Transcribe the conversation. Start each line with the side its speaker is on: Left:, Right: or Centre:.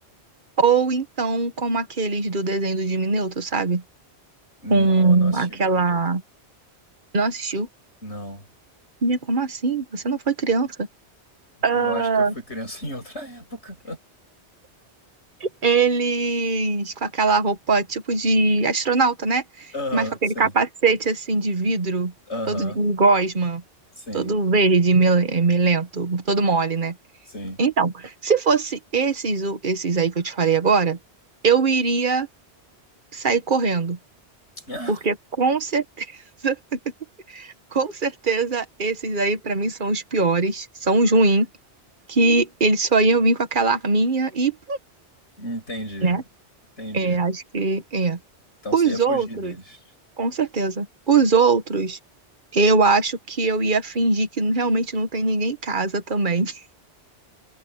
Right: ou então como aqueles do desenho do Jimmy Neutron, sabe?
Left: Não,
Right: Com
Left: eu não assisti
Right: aquela.
Left: o Jimmy Neutron.
Right: Não assistiu?
Left: Não,
Right: Minha, como assim? Você não foi criança? Ah,
Left: eu acho que eu fui criança <laughs> em outra época.
Right: eles com aquela roupa tipo de astronauta, né?
Left: Aham,
Right: Mas com aquele
Left: sim.
Right: capacete assim de vidro,
Left: Aham,
Right: todo de gosma,
Left: sim,
Right: todo verde, mel- eh, melento, todo mole, né?
Left: sim.
Right: Então, se fosse esses, o- esses aí que eu te falei agora, eu iria sair correndo,
Left: <laughs>
Right: porque com certeza, <laughs> com certeza esses aí pra mim são os piores, são os ruins, que eles só iam vir com aquela arminha e,
Left: Entendi,
Right: né?
Left: entendi.
Right: É, acho que é.
Left: Então
Right: Os
Left: você ia fugir
Right: outros,
Left: deles.
Right: com certeza. Os outros, eu acho que eu ia fingir que realmente não tem ninguém em casa também. <laughs>